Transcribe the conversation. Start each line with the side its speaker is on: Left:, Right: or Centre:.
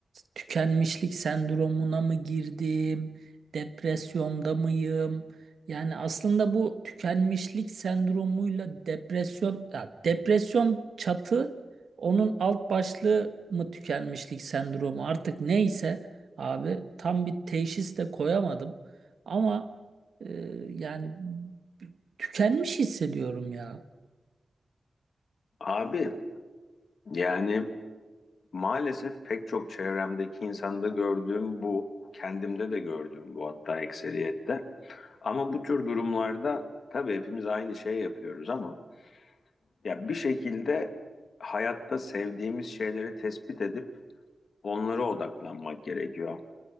Right: tükenmişlik sendromuna mı girdim, depresyonda mıyım? Yani aslında bu tükenmişlik sendromuyla depresyon, ya depresyon çatı, onun alt başlığı mı tükenmişlik sendromu artık neyse abi tam bir teşhis de koyamadım. Ama e, yani tükenmiş hissediyorum ya.
Left: Abi yani maalesef pek çok çevremdeki insanda gördüğüm bu, kendimde de gördüğüm bu hatta ekseriyette. Ama bu tür durumlarda tabii hepimiz aynı şey yapıyoruz ama ya bir şekilde hayatta sevdiğimiz şeyleri tespit edip onlara odaklanmak gerekiyor.